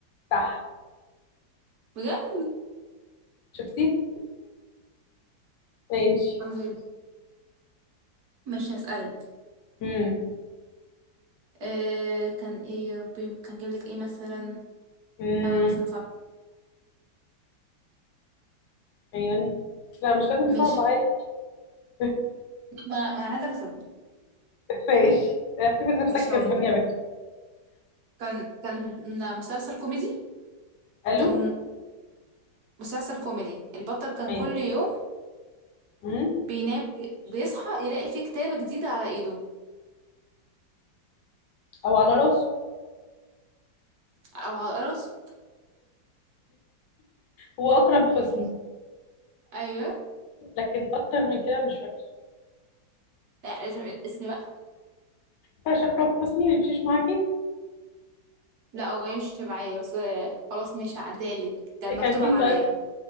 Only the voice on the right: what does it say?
بجد
الحمد لله مش هسألك
أه كان ايه يا ربي كان جايب لك ايه مثلا
حاجه مثلا صعبه
مش
انا أنا عايزه اكسب
<laughs> مش
هو
كان كان مسلسل كوميدي
كان مسلسل كوميدي البطل كان
كل يوم
بينام بيصحى يلاقي فيه كتابة جديدة على ايده
او على راسه
ايوه
لا لازم الاسم بقى
لا هو يمشي معايا بس خلاص مش هعدالك كان مكتوب
عليا